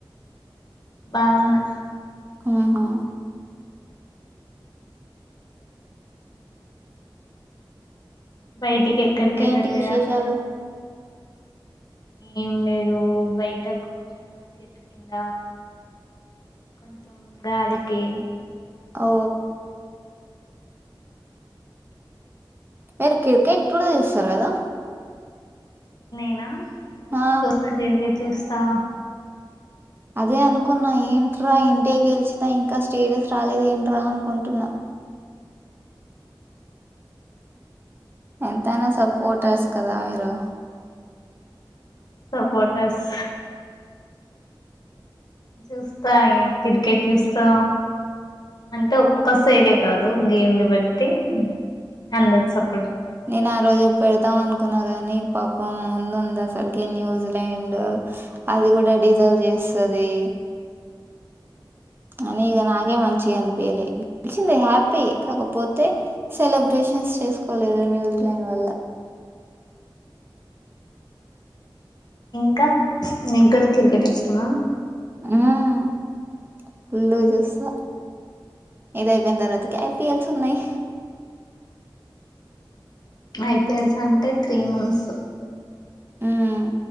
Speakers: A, on the left; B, on the right.
A: బాగున్నా
B: ఆహా
A: బయటికి ఎక్కడికి
B: ఇంకేంటి
A: వెళ్ళట్లేదా
B: విశేషాలు
A: ఏం లేదు బయట కూర్చున్న చెట్టు కింద కొంచం గాలికి
B: ఓ వీరు క్రికెట్ కూడ చూస్తారు కదా.
A: నేనా అవును
B: ఆ,
A: చూస్తా క్రికెట్ వచ్చేస్తా
B: అదే అనుకున్నా ఏంట్రా ఇన్ డియా గెలిచినా ఇంకా స్టేటస్ రాలేద ఏంట్రా అనుకుంటున్నా ఎంతైనా సపోర్టర్స్ కదా మీరు
A: సపోర్టర్స్ చూస్తా కిరికెట్టు చూస్తా అంటే ఒక్క సైడే కాదు గేమ్ని బట్టి అందరికి సపోర్
B: నేను ఆ రోజు పెడ వద్దాం అనుకున్నా గాని పాపం ముందు ఉంది అసలు కే న్యూజిలాండ్ అది కూడా డిజర్వ్ చేస్తది అని ఇగ నాక్ ఏం మంచిగా అనిపియలే తెలిసింది హ్యాపీ కాకపోతే సెలబ్రేషన్స్ చేసుకోలేదు న్యూజిలాండ్ వల్ల
A: ఇంకా నీకూడా కకిరికెట్టు ఇష్టమా
B: మ్మ్ ఫుల్లు చూస్తా ఇదయిపోయిన తర్వాతకి ఐ పీ ఎల్స్ ఉన్నాయి
A: ఐ పీ ఎల్స్ అంటే త్రీ మంత్స్
B: మ్మ్